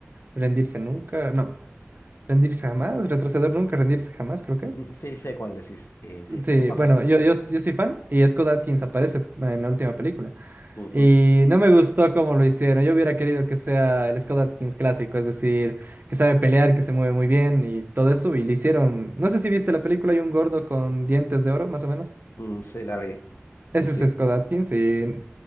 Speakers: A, on the right; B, on the left.
A: Rendirse Nunca. No, Rendirse jamás, retroceder nunca,
B: <laughs>
A: rendirse jamás, creo que es.
B: Sí, sé cuál decís, y sí,
A: Sí,
B: ¿qué pasó?
A: bueno, yo, yo, yo soy fan y Scott Adkins aparece en la última película.
B: Ujú,
A: Y no me gustó cómo lo hicieron. Yo hubiera querido que sea el Scott Adkins clásico, es decir, que sabe pelear, que se mueve muy bien y todo eso. Y lo hicieron. No sé si viste la película, hay un gordo con dientes de oro, más o menos.
B: mm, Sí, la vi,
A: Ese
B: sí, sí.
A: es Scott Adkins. Y